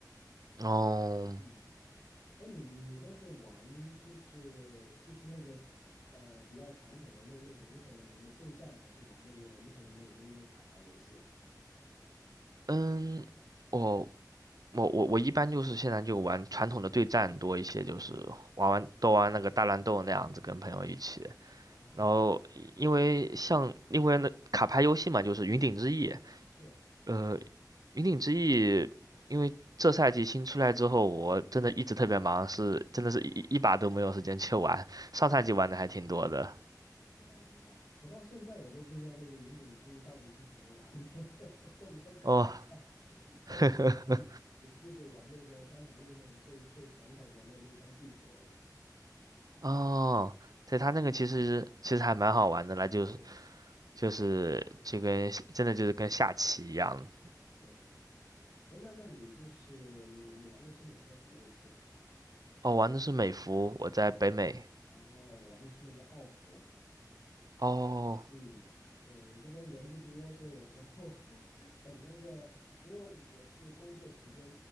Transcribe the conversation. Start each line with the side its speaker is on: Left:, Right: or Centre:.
Right: 哦，
Left: 嗯。哎，你你都是玩就是就是那个呃比较传统的那那种英雄联盟的对战，还是玩那个英雄联盟里面那个卡牌游戏啊？
Right: 嗯，我我我我一般就是现在就玩传统的对战多一些，就是玩玩都玩那个大乱斗那样子，跟朋友一起。
Left: 是，哦，
Right: 然后因为像因为那卡牌游戏嘛，就是云顶之弈，
Left: 是，
Right: 呃，云顶之弈，因为这赛季新出来之后，我真的一直特别忙，是真的是一一把都没有时间去玩。上赛季玩的还挺多的
Left: 哦，明白明白。我到现在我都不知道那个云顶之弈到底是怎么玩的，<laughs> 我都没有搞明白。
Right: 哦，
Left: 所以才是只就是玩那个三条路那种最最传统的那那张地图而已。
Right: <laughs> 哦，对，他那个其实其实还蛮好玩的啦，就是
Left: 是
Right: 就是就跟真的就是跟下棋一样。
Left: 是，哎，那那你就是你你玩的是哪个服务器啊？
Right: 哦，玩的是美服，我在北美。
Left: 哦，我玩的是那个奥服，
Right: 哦
Left: 嗯，对，这边人不多，所以有时候 <laughs> 等那个，因为我是工作时间，